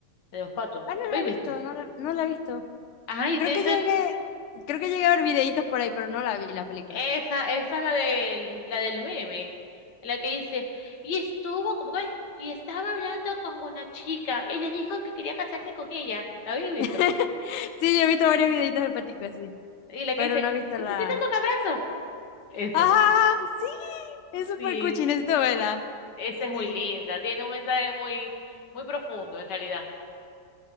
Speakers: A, on the left; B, on the left.
A: De los patos.
B: Ah, no
A: ¿Lo habéis
B: la he visto,
A: visto?
B: no la, no la he visto.
A: Ay,
B: Creo
A: de
B: que
A: ese
B: llegué, creo que llegué a ver videitos por ahí, pero no la vi la película.
A: Esa, esa es la del, la del meme, la que dice, y estuvo, ¿cómo que es? Y estaba hablando con una chica y le dijo que quería casarse con ella. ¿La habéis visto?
B: <laughs> Sí, yo he visto varios videitos del patico así,
A: Y la
B: pero
A: que dice,
B: no he visto
A: ¿necesitas
B: la...
A: un abrazo? Ese.
B: ¡Ajá! Sí, es súper
A: Sí,
B: cuchi, necesito verla.
A: esa es muy
B: Sí.
A: linda, tiene un mensaje muy, muy profundo en realidad.